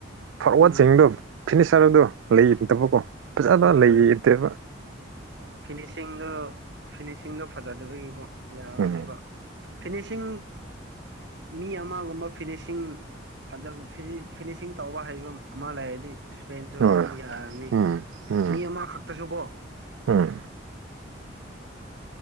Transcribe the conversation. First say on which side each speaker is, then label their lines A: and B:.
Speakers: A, on the right; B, on the right.
A: ꯐꯣꯔꯋꯥꯗꯁꯤꯡꯗꯣ
B: ꯎꯝ
A: ꯐꯤꯅꯤꯆꯔꯗꯣ ꯂꯩꯇꯕꯀꯣ ꯐꯖꯕ
B: ꯍꯣꯏ
A: ꯂꯩꯇ꯭ꯔꯦꯕ
B: ꯍꯣꯏ ꯐꯤꯅꯤꯁꯤꯡꯗꯣ ꯐꯤꯅꯤꯁꯤꯡꯗꯣ ꯐꯖꯗꯕꯒꯤꯀꯣ ꯌꯥꯗꯦꯕ
A: ꯎꯝ
B: ꯐꯤꯅꯤꯁꯤꯡ ꯃꯤ ꯑꯃꯒꯨꯝꯕ ꯐꯤꯅꯤꯁꯤꯡ ꯐꯖꯕ ꯐꯤꯅꯤꯁꯤꯡ ꯇꯧꯕ ꯍꯩꯕ ꯑꯃ ꯂꯩ ꯑꯗꯤ ꯄꯦꯟꯁꯨ
A: ꯍꯣꯏ
B: ꯑꯗꯨꯝ ꯌꯥꯔꯅꯤ
A: ꯎꯝ ꯎꯝ
B: ꯃꯤ ꯑꯃꯈꯛꯇꯁꯨꯕꯣ
A: ꯎꯝ